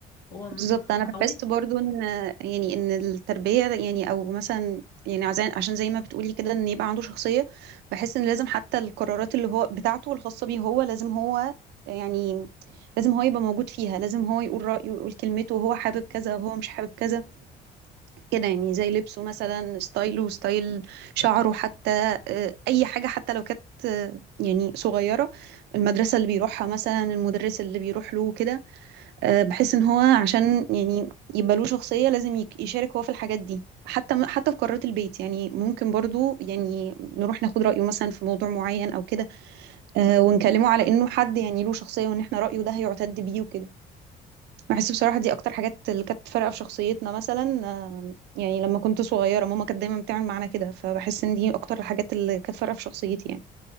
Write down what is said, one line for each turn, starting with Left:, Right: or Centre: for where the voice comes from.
Left: هو م-
Right: بالظبط انا
Left: اتعودت
Right: بحس برضو ان يعني ان التربيه يعني او مثلا يعني عزان- عشان زي ما بتقولي كده ان يبقى عنده شخصيه بحس ان لازم حتى القرارات اللي هو بتاعته الخاصه بيه هو لازم هو يعني لازم هو يبقى موجود فيها لازم هو يقول رايه ويقول كلمته وهو حابب كذا وهو مش حابب كذا كده يعني زي لبسه مثلا ستايله ستايل شعره حتى آه، اي حاجه حتى لو كانت آه، يعني صغيره المدرسه اللي بيروحها مثلا المدرس اللي بيروح له كده آه، بحس ان هو عشان يعني يبقى له شخصية لازم يك- يشارك هو في الحاجات دي حتى حتى في قرارات البيت يعني ممكن برضو يعني نروح ناخد رأيه مثلا في موضوع معين او كده آه، ونكلمه على انه حد يعني له شخصية وان احنا رأيه ده هيعتد بيه وكده بحس بصراحة دي اكتر حاجات اللي كانت فارقة في شخصيتنا مثلا آه، يعني لما كنت صغيرة ماما كانت دايما بتعمل معانا كده فبحس ان دي اكتر الحاجات اللي كانت فارقة في شخصيتي يعني